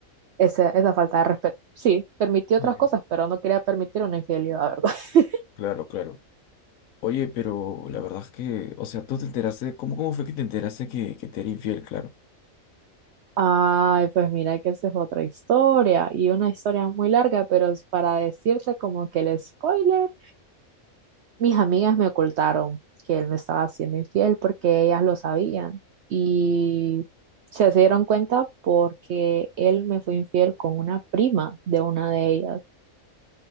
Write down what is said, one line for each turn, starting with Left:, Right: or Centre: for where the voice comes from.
Right: ese- esa falta de respeto. Sí, permitió otras
Left: <laughs>
Right: cosas, pero no quería permitir una infidelidad, ¿verdad? <laughs>
Left: Claro, claro. Oye, pero la verdad es que, o sea, tú te enteraste, ¿cómo, cómo fue que te enteraste que, que te era infiel, claro?
Right: Ay, pues mira que esa es otra historia y una historia muy larga, pero es para decirte como que el spoiler, mis amigas me ocultaron que él me estaba haciendo infiel porque ellas lo sabían y se dieron cuenta porque él me fue infiel con una prima de una de ellas